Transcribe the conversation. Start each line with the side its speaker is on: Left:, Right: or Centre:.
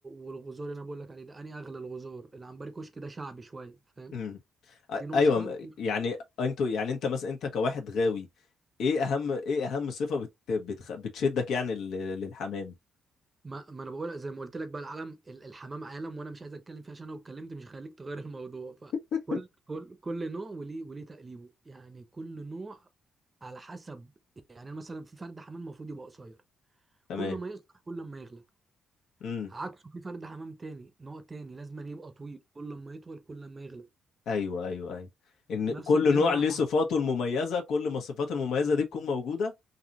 Right: والغزار اللي انا بقول لك عليه ده اني اغلى الغزار العنبري كشك ده شعبي شويه فاهم
Left: امم أي-
Right: في نوع
Left: ايوه
Right: الشعبي
Left: م- يعني انتوا يعني انت مثلا انت كواحد غاوي ايه اهم ايه اهم صفه بت... بتخ... بتشدك يعني لل... للحمام
Right: ما, ما انا بقول زي ما قلت لك بقى العالم ال- الحمام عالم وانا مش عايز اتكلم فيه عشان لو اتكلمت مش هخليك تغير <laughs> الموضوع فكل
Left: <laughs>
Right: كل كل نوع وليه وليه تقليبه يعني كل نوع على حسب يعني أنا مثلا في فرد حمام المفروض يبقى قصير
Left: تمام
Right: كل ما يقصر كل ما يغلى
Left: امم.
Right: عكسه في فرد حمام تاني نوع تاني لازم أن يبقى طويل كل ما يطول كل ما يغلى
Left: ايوه ايوه ايوه ان
Right: نفس
Left: كل
Right: الكلام
Left: نوع
Right: بقى
Left: ليه صفاته المميزه كل ما الصفات المميزه دي تكون موجوده